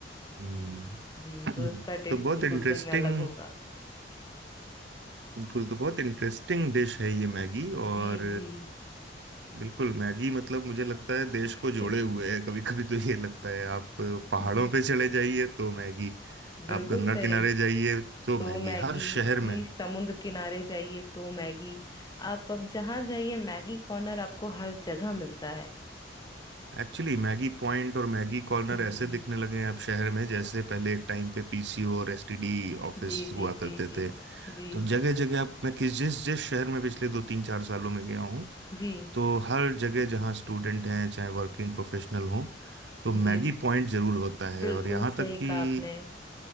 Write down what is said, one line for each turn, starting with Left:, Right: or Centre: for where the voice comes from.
Right: हम्म
Left: जी
Right: <clears throat>
Left: तो इसका टेस्ट
Right: तो बहुत
Left: बिल्कुल
Right: इंटरेस्टिंग
Left: सही में अलग होगा
Right: बिल्कुल तो बहुत इंटरेस्टिंग डिश है ये मैगी और
Left: जी जी
Right: बिल्कुल मैगी मतलब मुझे लगता है देश
Left: <laughs>
Right: को जोड़े हुए है कभी कभी तो ये लगता है आप पहाड़ों
Left: जी
Right: पे चले जाइए तो मैगी आप
Left: बिल्कुल
Right: गंगा
Left: सही
Right: किनारे जाइए तो
Left: तो
Right: मैगी
Left: मैगी
Right: हर शहर
Left: जी
Right: में
Left: समुद्र किनारे जाइए तो मैगी आप अब जहाँ जाइए मैगी कॉर्नर आपको हर जगह मिलता है
Right: एक्चुअली मैगी पॉइंट और मैगी कॉर्नर
Left: जी
Right: ऐसे दिखने लगे हैं अब शहर में जैसे पहले एक टाइम पे पीसीओ और एसटीडी ऑफिस
Left: जी जी
Right: हुआ
Left: जी
Right: करते
Left: जी
Right: थे
Left: जी
Right: तो जगह जगह आप मैं किस जिस जिस शहर में पिछले दो तीन चार सालों में गया हूँ
Left: जी
Right: तो हर जगह जहाँ स्टूडेंट हैं चाहे वर्किंग प्रोफेशनल हों तो मैगी
Left: जी
Right: पॉइंट जरूर होता है
Left: बिल्कुल
Right: और यहाँ
Left: सही
Right: तक कि
Left: कहा आपने